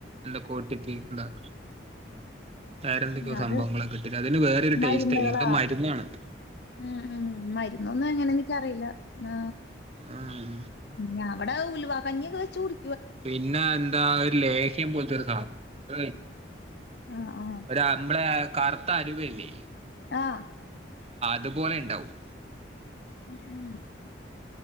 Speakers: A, on the right; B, on the left.
A: എന്തൊ പോട്ടിട്ട് ഇന്താക്ക വേറെ എന്തൊക്കെയോ
B: അത്
A: സംഭവങ്ങളൊക്ക കിട്ടിട്ട് അതിന് വേറൊരു ടേസ്റ്റ്
B: മരുന്നുകളാ
A: ആയി എന്ത മരുന്നാണത്
B: ഉം ഉം മരുന്നൊന്നും എങ്ങനെ എനിക്കറിയില്ല ആ
A: ഉം
B: ഇനി അവിടെ ഉൽവാ കഞ്ഞിയൊക്കെ വെച്ച കുട
A: പിന്നെ എന്താ ഒരു ലേഹ്യം പോലത്തെരു സാധനം ക
B: ആഹ് ആഹ്
A: ഒ അമ്പളെ കറുത്ത അരുവല്ലേ
B: ആഹ
A: അതുപോലെ ഉണ്ടാവും
B: മ ആ